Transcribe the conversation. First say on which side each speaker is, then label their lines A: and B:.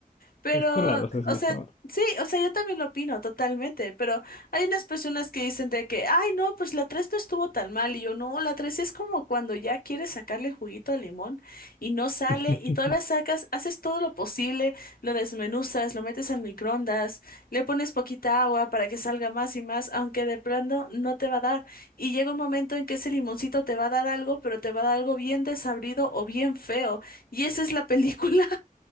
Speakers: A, on the left; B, on the left.
A: Pero,
B: Es que la dos es
A: o
B: mejor.
A: sea, sí, o sea, yo también lo opino totalmente, pero hay unas personas que dicen de que, ay, no, pues la 3 no estuvo tan mal, y yo, no, la 3 es como cuando ya quieres sacarle juguito al limón y no sale,
B: <laughs>
A: y todavía sacas, haces todo lo posible, lo desmenuzas, lo metes al microondas, le pones poquita agua para que salga más y más, aunque de pronto no te va a dar, y llega un momento en que ese limoncito te va a dar algo, pero te va a dar algo bien desabrido o bien feo, y esa es la <laughs> película.